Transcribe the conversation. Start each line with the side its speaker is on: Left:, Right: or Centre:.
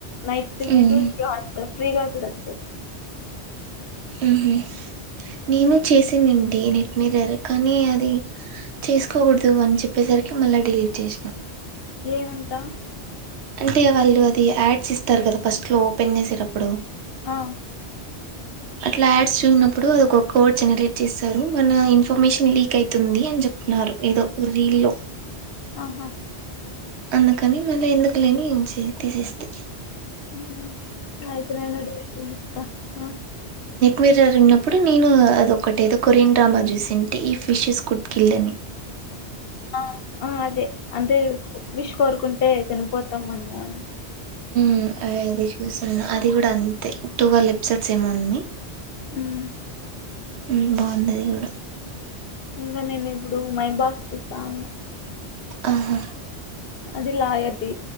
Left: నెట్ ఫ్లిక్స్
Right: ఉమ్
Left: జియో వాట్స్ప్ ఫ్రీ గా చుడొచ్చు
Right: మ్ హు నేను చేసిందింతే నెట్ మిర్రర్ కానీ అది చేసుకోకూడదు అని చెప్పేసి సరికి మళ్ళ డిలీట్ చేసినా
Left: ఏమంటా
Right: అంటే వాళ్ళు అది యాడ్స్ ఇస్తారు కదా ఫస్ట్ లో ఓపెన్ చేసేటప్పుడు
Left: ఆ
Right: అట్లా యాడ్స్ చూడనప్పుడు అది ఒక కోడ్ జనరేట్ చేస్తారు మన ఇన్ఫర్మేషన్ లీక్ అవుతుంది అని చెప్ న్నారు ఏదో రీల్లో
Left: ఆహా
Right: అందుకని మళ్ళీ ఎందుకులే అని తి తీసేస్తి
Left: అ ఆయితే నేను డిలీట్ చేసేస్తా ఆ
Right: మీర్రర్ ఉన్నప్పుడు నేను అదొటి ఎదో కొరియన్ డ్రామా చూసింటి ఈ ఫిషెస్ కుడ్కిిల్ని
Left: ఆ ఆ అదే అదే విష్ కోరుకుంటే చనిపోతాం మనము అని
Right: మ్ అది చూసను అది కూడా అంతే టూవేలే ఎపిసోడ్స్ ఏమో ఉన్నాయ్
Left: ఉమ్.
Right: ఊ బాగుండది ఇప్పుడు.
Left: ఇంకా నేను ఇప్పుడు మై బాస్ చూస్తా ఉన్నా.
Right: ఆహా
Left: అది లాయర్ది.